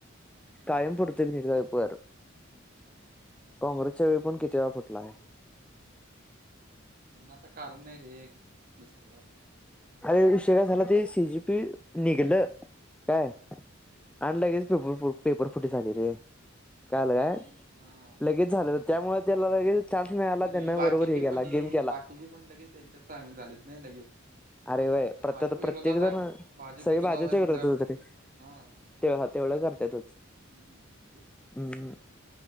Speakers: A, on the right; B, in the centre.
A: हे
B: कायम फुटतय तितला पेपर.
A: हम्म
B: काँग्रेसच्या वेळी पण किती वेळा फुटलाय.
A: त्यांना आता कारण नाही रे. दुसरं
B: अरे
A: म्हणून
B: विषय काय झाला ते सी जी. पी. निघालं. काय आणि लगेच पेपर फ्... फुटी झाली रे. काल काय
A: आणि हा.. तस
B: लगेच झालं त्यामुळे त्याला लगे चान्स मिळाला
A: आणि
B: त्यांना
A: बाकीचे
B: बरोबर हे केला,
A: पण
B: गेम केला.
A: बाकीचे पण लगेच त्यांच्यात सामील झालेत ना लगेच.
B: अरे... व्हय
A: आता
B: प्रत्य..
A: भाजप विरोधात
B: प्रत्येक
A: आहे
B: जण
A: भाजप
B: सगळेच भाज्या
A: आहे
B: च्या
A: म्हणल्यावर
B: विरोधात होते
A: त्यांनी
B: की नाही.
A: हा
B: तेव हा.. तेवढं करतातच.
A: हम्म.. तेच कि
B: हम्.. ह्म्म